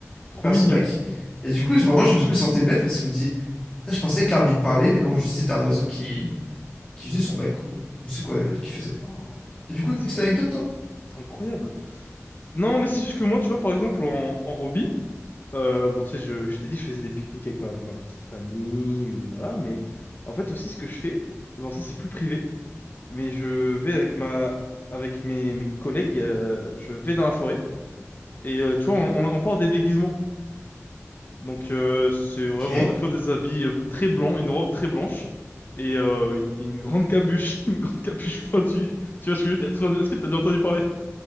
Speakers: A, on the left; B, on the left.
A: trop
B: faire
A: mignon.
B: son bec. Et du coup, je- vraiment, je, je me sentais bête parce que je me dis, Putain, je pensais que l'arbre, il me parlait, mais non, juste c'était un oiseau qui, qui faisait son bec ou je ne sais quoi euh, qu'il faisait.
A: Oh,
B: Et du coup, une
A: c'est
B: petite
A: quand
B: anecdote,
A: même
B: toi?
A: c'est incroyable. Non, mais c'est juste que moi, tu vois, par exemple, en, en hobby, euh, bon, tu sais, je, je t'ai dit, je faisais des pique-niques avec ma, ma petite famille, ou voilà, mais en fait, aussi, ce que je fais, bon, ça, c'est plus privé, mais je vais avec ma, avec mes, mes collègues, euh, je vais dans la forêt. Et euh, tu vois, on, on on porte des déguisements. Donc euh, c'est vraiment
B: Ok.
A: des fois des habits euh, très blancs, une robe très blanche et euh, une, une grande capuche, <laughs> une grande capuche pointue. Tu vois ce que je veux dire? Est-ce que t'as déjà entendu parler?